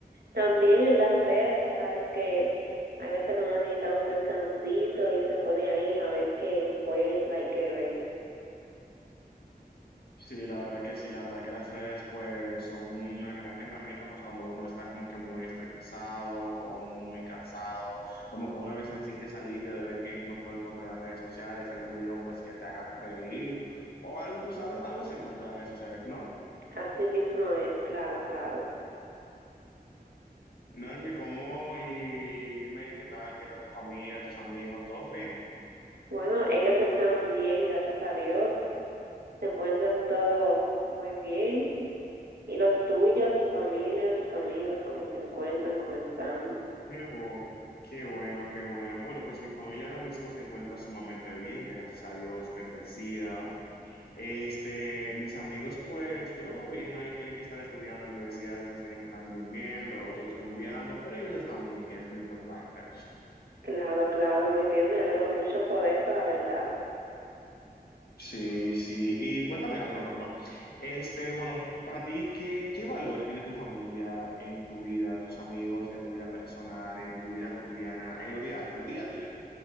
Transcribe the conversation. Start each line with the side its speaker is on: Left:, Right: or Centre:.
Right: también en las redes, tú sabes que hay veces que uno necesita un descansito y se pone ahí a ver qué encuentra y qué ve.
Left: Sí, la verdad que sí, la verdad que las redes pues son una gran herramienta pues cuando uno está como que muy estresado o muy cansado, como que una vez necesita ese alivio de ver que uno puede encontrar en las redes sociales, algún video pues que te haga reír o algo, tú sabes, algo se encuentra en las redes sociales, ¿no?
Right: Así mismo es, claro, claro.
Left: Normi, ¿cómo? Y dime qué tal, qué tal tu familia, tus amigos, ¿todos bien?
Right: Bueno, ellos están bien, gracias a Dios, se encuentran todo muy bien. ¿Y los tuyos, tu familia, tus amigos, cómo se encuentran, cómo están?
Left: Qué bu- qué bueno, qué bueno. Bueno, pues mi familia ahora mismo se encuentra sumamente bien, gracias a Dios, bendecida. Este, mis amigos, pues, yo lo veo bien ahí, tienen que estar estudiando en la universidad, algunos tienen que estar durmiendo, otros trumbeando, pero ellos están bien, que es lo importante.
Right: Claro, claro, muy bien, me alegro mucho por eso, la verdad.
Left: Sí, sí. Y cuéntame algo, Norma. Este, bueno, para ti, ¿qué, qué valor tiene tu familia en tu vida, tus amigos, en tu vida personal, en tu vida cotidiana, en lo diario, en lo día a día?